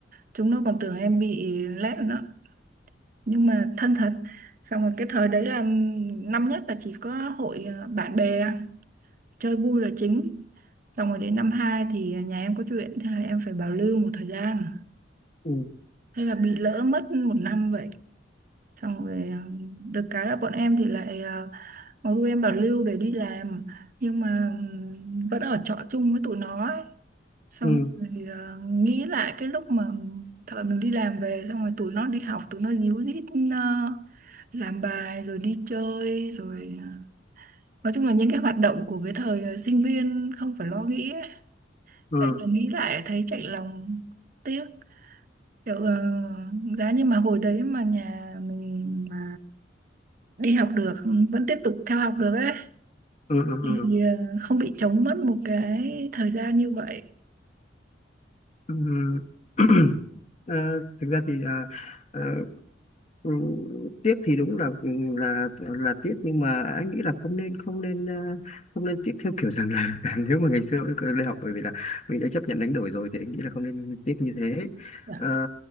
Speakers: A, on the right (about 45°); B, on the left (about 35°).
A: chúng nó còn tưởng em bị lẹm nữa nhưng mà thân thật xong rồi cái thời đấy là ừ, năm nhất là chỉ có hội ờ, bạn bè chơi vui là chính xong rồi đến năm hai thì nhà em có chuyện thế là em phải bảo lưu một thời gian
B: ừ
A: thế là bị lỡ mất một năm vậy xong rồi ờ, được cái là bọn em thì lại ờ, Ừ, em bảo lưu để đi làm nhưng mà ừm, vẫn ở trọ chung với tụi nó ấy. Xong
B: ừ
A: rồi ờ, nghĩ lại cái lúc mà thời mình đi làm về xong rồi tụi nó đi học tụi nó díu dít ờ, làm bài rồi đi chơi rồi ờ, nói chung là những cái hoạt động của cái thời ờ, sinh viên không phải lo nghĩ ấy.
B: ừ
A: Thế là nghĩ lại thấy chạnh lòng tiếc kiểu ờ, giá như mà hồi đấy mà nhà mình mà đi học được vẫn tiếp tục theo học được ấy
B: ừ ừ
A: thì
B: ừ
A: ờ, không bị trống mất một cái thời gian như vậy
B: ừ. <clears throat> Ờ, thực ra thì à, ờ, Ừ, tiếc thì đúng là ừ, là là tiếc nhưng mà anh nghĩ là không nên không nên ờ, không nên tiếc theo kiểu rằng là <laughs> nếu mà ngày xưa mình đi học bởi vì là mình đã chấp nhận đánh đổi rồi thì anh nghĩ là không nên tiếc như thế
A: dạ.
B: Ờ,